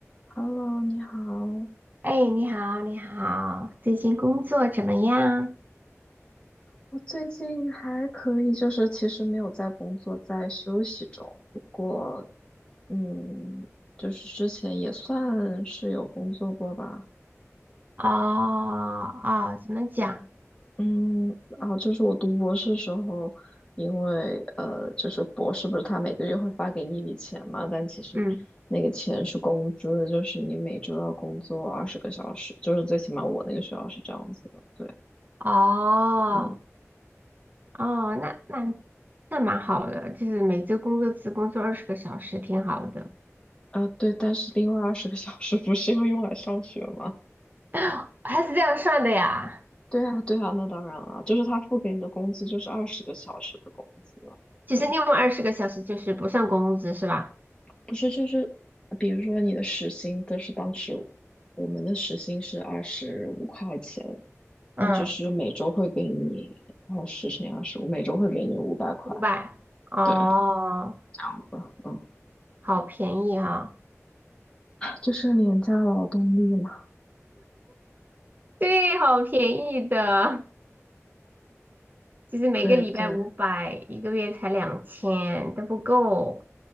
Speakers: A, on the left (about 20°); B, on the right (about 35°).
A: Hello，你好。
B: 哎，你好，你好，最近工作怎么样？
A: 我最近还可以，就是其实没有在工作，在休息中。不过，嗯，就是之前也算是有工作过吧。
B: 哦哦，怎么讲？
A: 嗯，然后就是我读博士时候，因为呃，就是博士不是他每个月会发给你一笔钱嘛，但其实那个钱是工资，
B: 嗯，
A: 就是你每周要工作二十个小时，就是最起码我那个学校是这样子的。对，
B: 哦
A: 嗯。
B: 哦，那那那蛮好的，就是每周工作只工作二十个小时，挺好的。
A: 啊，对，但是另外二十个小时不是要用来上学吗？
B: <laughs> <gasps> 还是这样算的呀？
A: 对啊，对啊，那当然了，就是他付给你的工资就是二十个小时的工资啊。
B: 就是另外二十个小时就是不算工资是吧？
A: 对，不是就是，比如说你的时薪，就是当时我们的时薪是二十五块钱，那就是每周会给你二十乘以二十五，
B: 嗯，
A: 每周会给你五百块。
B: 五百。哦，
A: 对，这样子，嗯，
B: 好便宜哈、
A: 就是廉价劳动力嘛。
B: 对，好便宜的。就是每个礼拜五百，
A: 对对，
B: 一个月才两千，都不够